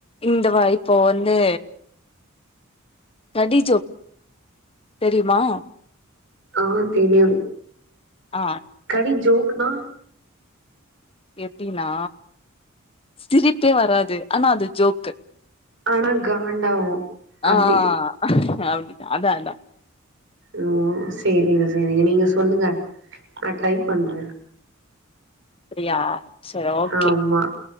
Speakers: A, on the left (about 25°); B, on the right (about 60°).
A: இந்த வ இப்போ வந்து கடி ஜோக் தெரிமா
B: ஆ தெரியு
A: ஆ
B: கடி ஜோக்னா
A: எப்டின்னா சிரிப்பே வராது ஆனா அது ஜோக்கு
B: ஆனா காண்டாவு
A: ஆ
B: அப்டி
A: அப்டிதா அதா அதா
B: ஓ செரிங்க செரிங்க நீங்க சொல்லுங்க நா ட்ரை பண்ற
A: அப்டியா சரி ஓகே
B: ஆமா